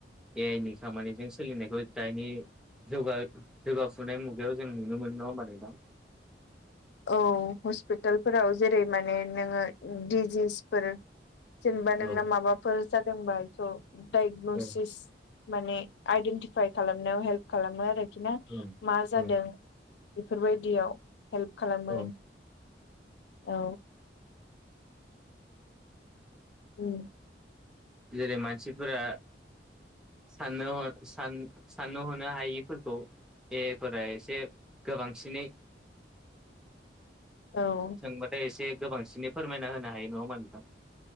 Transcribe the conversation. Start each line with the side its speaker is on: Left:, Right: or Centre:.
Centre: ए आइ नि खामानिजों सोलिनायखौ दानि जौगा जौगा फुनाय मुगायावों नुनोमोन नङा होनबा नोंथां?
Left: औ हस्पितालफोराव जेरै माने नोङो डिजिसफोर जेनेबा नोंना
Centre: औ
Left: माबाफोर जादोंबा बेखौ डायगन'सिस
Centre: औ
Left: माने आइदेन्टिफाइ खालामनायाव हेल्प खालामो आरोखि ना
Centre: औ
Left: मा
Centre: औ
Left: जादों बेफोरबायदियाव हेल्प खालामो।
Centre: औ
Left: औ उम
Centre: जेरै मानसिफोरा साननो हर सान साननो हनो हायिफोरखौ बेफोरा एसे गोबांसिनै
Left: औ
Centre: सोंबाथाय एसे गोबांसिनै फोरमायना होनो हायो नङा होमबामा नोंथां?